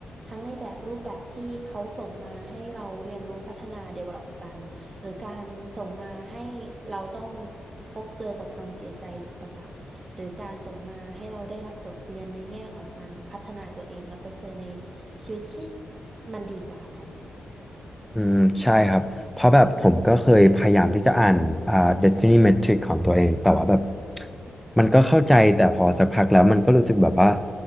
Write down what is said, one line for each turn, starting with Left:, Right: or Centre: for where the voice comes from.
Right: ทั้งในแบบรูปแบบที่เขาส่งมาให้เราเรียนรู้พัฒนา develop กัน หรือการส่งมาให้เราต้องพบเจอกับความเสียใจหรืออุปสรรคหรือการส่งมาให้เราได้รับบทเรียนในแง่ของการพัฒนาตัวเองแล้วไปเจอในชีวิตที่มันดีกว่าตอนเนี้ย
Centre: อืมใช่ครับเพราะแบบผมก็เคยพยายามที่จะอ่านอ่า Destiny Metric ของตัวเองแต่ว่าแบบมันก็เข้าใจแต่พอสักพักแล้วมันก็รู้สึกแบบว่า